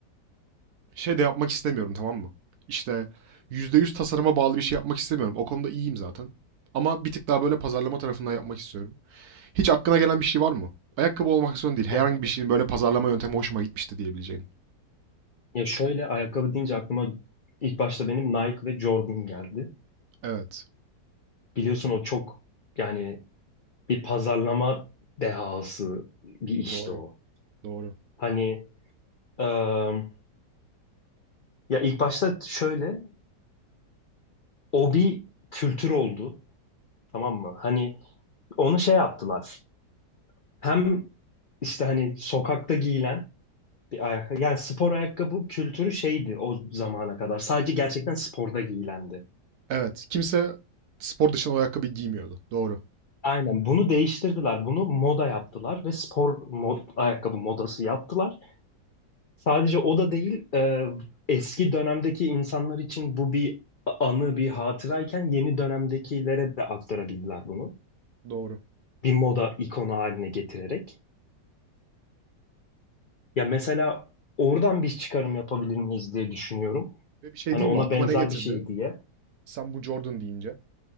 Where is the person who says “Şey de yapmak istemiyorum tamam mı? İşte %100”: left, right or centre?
Right